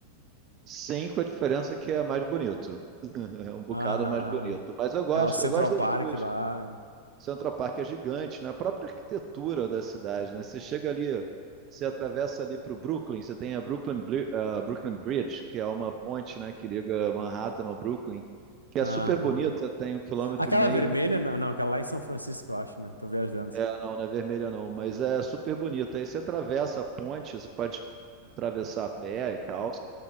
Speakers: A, on the right (about 35°); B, on the left (about 80°).
A: Sim, com a diferença que é mais bonito. <laughs> É um bocado
B: Aham.
A: mais bonito. Mas eu gosto,
B: É o Central
A: eu gosto
B: Park
A: das duas.
B: lá, né?
A: Central Park é gigante, na própria arquitetura da cidade, né? Você chega ali, você atravessa ali para o Brooklyn, você tem a Brooklyn, Bri- a Brooklyn Bridge, que é uma ponte, né, que liga Manhattan ao Brooklyn, que
B: Aham.
A: é super bonita, tem um quilômetro
B: Aquela
A: e meio,
B: vermelha,
A: mas
B: não, não, aquela lá é em São Francisco, eu acho, né? Tô viajando.
A: ah, não, não é vermelha não, mas é super bonita. Aí você atravessa a ponte, você pode atravessar a pé e tal.